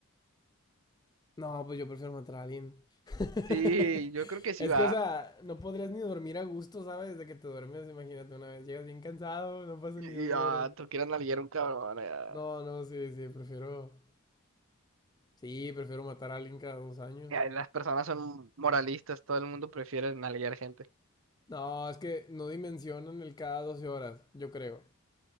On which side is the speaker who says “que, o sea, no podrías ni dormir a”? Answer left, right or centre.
Left